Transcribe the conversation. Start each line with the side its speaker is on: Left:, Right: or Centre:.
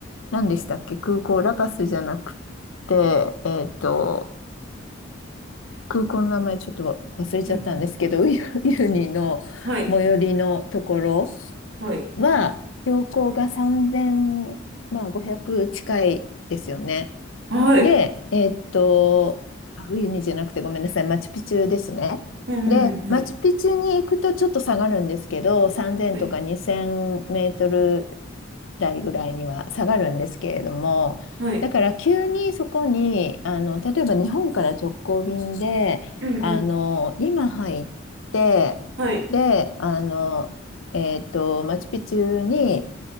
Left: 何でしたっけ、空港、ラパスじゃなくて、えっと、空港の名前ちょっとわ忘れちゃったんですけど、
Right: うんうん。
Left: ウユユニの最寄りのところ
Right: はい。はい。
Left: は、標高が3 0まあ、500近いですよね。
Right: はい。
Left: で、えーっと、あウユニじゃなくてごめんなさい、マチュピチュですね。
Right: うんうんうん。
Left: で、マチュピチュに行くとちょっと下がるんですけど、
Right: はい。
Left: 3000とか2000メートル
Right: はい。
Left: 台ぐらいには下がるんですけれども、
Right: はい。
Left: だから急にそこに、あの、例えば日本から直行便で、
Right: うんうん。
Left: あの、リマ入って、
Right: はい。
Left: で、あの、えーっと、マチュピチュに、